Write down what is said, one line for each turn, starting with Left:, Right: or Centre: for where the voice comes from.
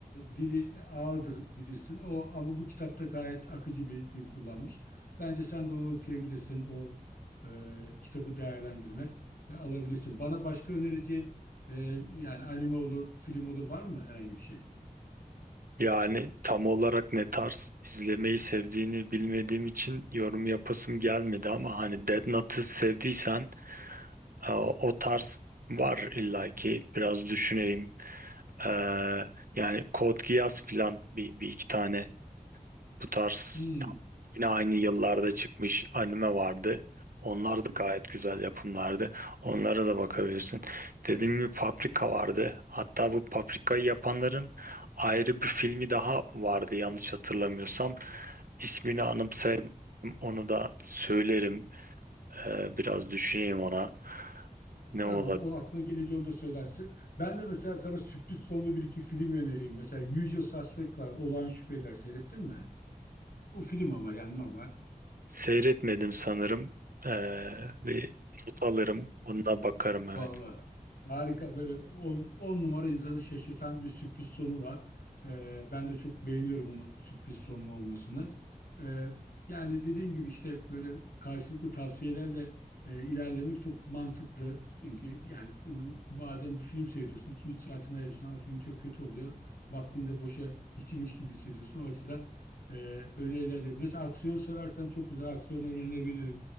Left: dili ağırdır bilirsin. O ama bu kitapta gayet akıcı bir dil kullanmış. Bence sen de onu okuyabilirsin. O e, kitabı değerlendirme ya, alabilirsin. Bana başka önereceğin e, yani anime olur, film olur var mı herhangi bir şey?
Right: Yani tam olarak ne tarz izlemeyi sevdiğini bilmediğim için yorum yapasım gelmedi ama hani Dead Note'ı sevdiysen Ee, O tarz var illaki biraz düşüneyim. Ee, yani Code Geass filan bir, bir iki tane bu tarz
Left: Hmm.
Right: tam yine aynı yıllarda çıkmış anime vardı. Onlar da gayet güzel yapımlardı. Onlara da bakabilirsin. Dediğim gibi Paprika vardı. Hatta bu Paprika'yı yapanların ayrı bir filmi daha vardı yanlış hatırlamıyorsam. İsmini anımsayabilirim. Onu da söylerim. Ee, biraz düşüneyim ona. Ne
Left: Tamam
Right: olabilir?
Left: o aklına gelince onu da söylersin. Ben de mesela sana sürpriz sonlu bir iki film önereyim. Mesela Usual Suspect var. Olağan Şüpheliler seyrettin mi? Bu film ama yani normal.
Right: Seyretmedim sanırım. Ee, bir not alırım. Onunla bakarım evet.
Left: Vallahi harika böyle on on numara insanı şaşırtan bir sürpriz sonu var. Ee, ben de çok beğeniyorum onun sürpriz sonlu olmasını. Ee, yani dediğim gibi işte böyle karşılıklı tavsiyelerle e, ilerlemek çok mantıklı. Çünkü yani s- ıı, bazen bir film seyrediyorsun iki üç saatini ayırıyorsun ama film çok kötü oluyor. Vaktini de boşa geçirmiş gibi hissediyorsun. O açıdan e, önerilerle. Mesela aksiyon seversen çok güzel aksiyon önerebilirim.